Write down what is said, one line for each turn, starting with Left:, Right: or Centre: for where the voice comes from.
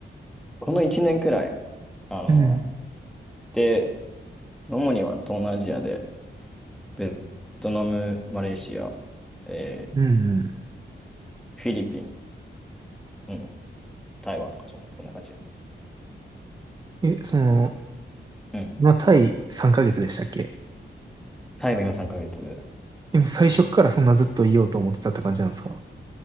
Centre: この1年くらい、あの、
Right: うん。
Centre: で、主には東南アジアで、ベトナム、マレーシア、えー
Right: うんう
Centre: フィリピン、うん、台湾とそん、そんな感じ。
Right: ん。え、その、
Centre: うん。
Right: まあ、タイ3ヶ月でしたっけ
Centre: タイは今3ヶ月。
Right: でも最初からそんなずっといようと思ってたって感じなんですか